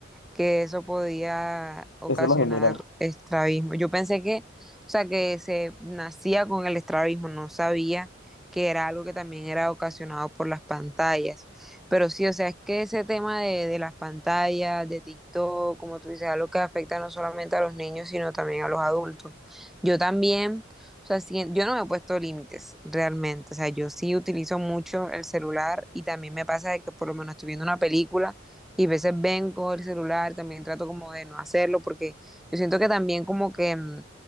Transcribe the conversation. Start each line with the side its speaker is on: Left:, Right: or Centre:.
Centre: que eso podía ocasionar
Left: eso lo genera.
Centre: estrabismo. Yo pensé que, o sea, que se nacía con el estrabismo, no sabía que era algo que también era ocasionado por las pantallas. Pero sí, o sea, es que ese tema de, de las pantallas, de TikTok, como tú dices, algo que afecta no solamente a los niños, sino también a los adultos. Yo también, o sea, sí, yo no me he puesto límites realmente. O sea, yo sí utilizo mucho el celular y también me pasa de que por lo menos estoy viendo una película y a veces vengo el celular, también trato como de no hacerlo porque yo siento que también como que mm,